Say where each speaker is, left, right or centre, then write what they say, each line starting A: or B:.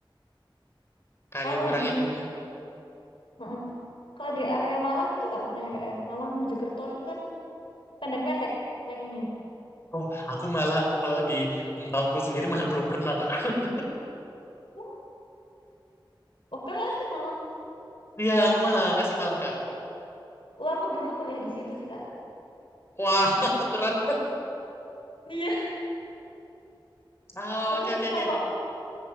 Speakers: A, on the left; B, on the left.
A: Kaliurang
B: kalau di
A: itu.
B: Heeh. Kalau di area Malang itu nggak pernah ya Kak ya? Malang Mojokerto itu kan pendek-pendek trekkingnya.
A: Oh, aku malah kalau di tahunku sendiri malah belum pernah Kak. <laughs>
B: Oh, oke nggak sih Malang?
A: Iya, aku malah nggak sih malang Kak.
B: Wah, aku dulu kuliah di situ sih Kak.
A: Wah, <laughs> tukeran.
B: Iya,
A: Ah,
B: tapi
A: Oke
B: aku
A: oke oke.
B: kalau